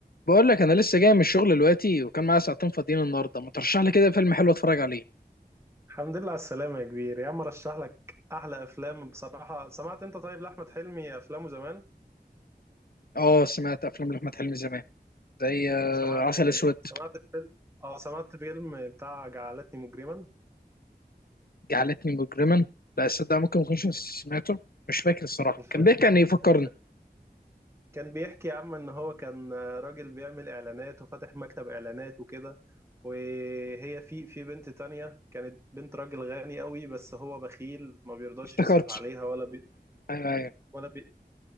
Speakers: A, on the left (about 65°); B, on the right (about 15°).
A: بقول لك انا لسه جاي من الشغل دلوقتي وكان معايا ساعتين فاضيين النهارده ما ترشح لي كده فيلم حلو اتفرج عليه
B: الحمد لله على السلامة يا كبير يا عم رشح لك أحلى أفلام بصراحة سمعت أنت طيب لأحمد حلمي أفلامه زمان
A: اه سمعت افلام لاحمد حلمي زمان زي آه،
B: سمعت
A: عسل اسود
B: سمعت فيلم أه سمعت فيلم بتاع جعلتني مجرما
A: جعلتني مجرما لا صدق ممكن ما اكونش سمعته مش فاكر الصراحه
B: الفيلم
A: كان بيحكي عن ايه فكرني
B: الف... كان بيحكي يا عم إن هو كان راجل بيعمل إعلانات وفاتح مكتب إعلانات وكده وهي في في بنت تانية كانت بنت راجل غني قوي بس هو بخيل ما بيرضاش
A: افتكرته
B: يصرف عليها ولا بي...
A: ايوه ايوه
B: ولا بي...